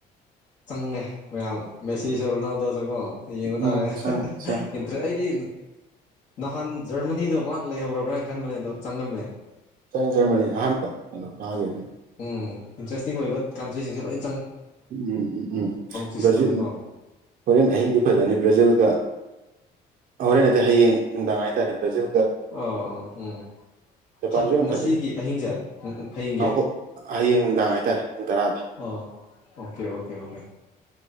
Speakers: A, on the left; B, on the right.
A: ꯆꯪꯉꯦ ꯃꯌꯥꯝ ꯃꯦꯁꯤꯁꯨꯔꯣꯅꯥꯎꯗꯁꯨ ꯀꯣ ꯌꯦꯡꯉꯨ
B: ꯎꯝ
A: ꯇꯥꯔꯦ
B: ꯆꯪꯉꯦ ꯆꯪꯉꯦ
A: ꯏꯟꯇ꯭ꯔꯦ ꯑꯩꯗꯤ ꯅꯍꯥꯟ ꯖꯔꯃꯅꯤꯗꯣ ꯃꯥ ꯂꯩꯍꯧꯔꯕ꯭ꯔꯥꯅ ꯈꯟꯕꯅꯦ ꯑꯗꯣ ꯆꯪꯉꯝꯃꯦ
B: ꯎꯝ ꯖꯔꯃꯅꯤ ꯑꯍꯥꯟꯕ ꯀꯩꯅꯣ ꯀꯥꯈꯤꯕꯅꯤ
A: ꯎ ꯏꯟꯇꯔꯦꯁꯇꯤꯡ ꯑꯣꯏꯕ ꯀꯟꯇ꯭ꯔꯤꯁꯤꯡꯁꯦ ꯂꯣꯏꯅ
B: ꯎꯝ ꯎꯝ ꯎꯝ
A: ꯁꯤꯛꯁꯇꯨꯗꯀꯣ
B: ꯕ꯭ꯔꯖꯤꯜ ꯍꯣꯔꯦꯟ ꯑꯍꯤꯡꯗꯤ ꯐꯖꯅꯤ ꯕ꯭ꯔꯥꯖꯤꯜꯒ ꯍꯣꯔꯦꯟ ꯅꯠꯇꯇꯩ ꯍꯌꯦꯡ ꯅꯨꯡꯗꯥꯡ ꯍꯥꯏꯇꯥꯔꯦ ꯄ꯭ꯔꯖ
A: ꯑꯥ ꯎꯝ
B: ꯖꯄꯥꯟꯁꯨ
A: ꯍꯟꯗ
B: ꯌꯥꯝ
A: ꯉꯁꯤꯒꯤ
B: ꯐꯖꯩ
A: ꯑꯍꯤꯡꯁꯦ ꯍꯌꯦꯡꯒꯤ
B: ꯑ ꯍꯣ ꯍꯌꯦꯡ ꯅꯨꯡꯗꯥꯡ ꯍꯥꯏꯇꯥꯔꯦ ꯄꯨꯡ ꯇꯔꯥꯗ
A: ꯑꯣ ꯑꯣꯀꯦ ꯑꯣꯀꯦ ꯑꯣꯀꯦ